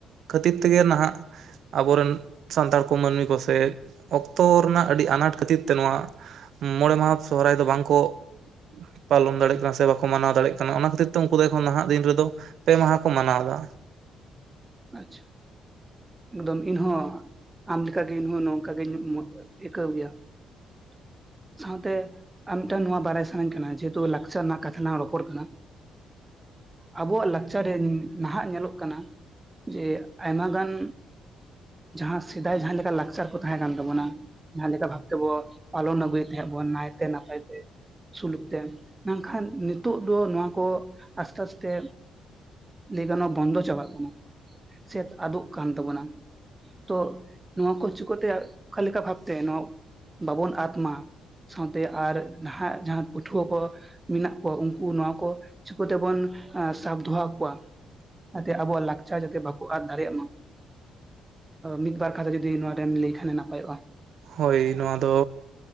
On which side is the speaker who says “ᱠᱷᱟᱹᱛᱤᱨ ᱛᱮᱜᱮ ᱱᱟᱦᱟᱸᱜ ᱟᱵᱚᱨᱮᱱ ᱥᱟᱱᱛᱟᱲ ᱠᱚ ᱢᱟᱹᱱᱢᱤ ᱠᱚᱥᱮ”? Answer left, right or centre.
Right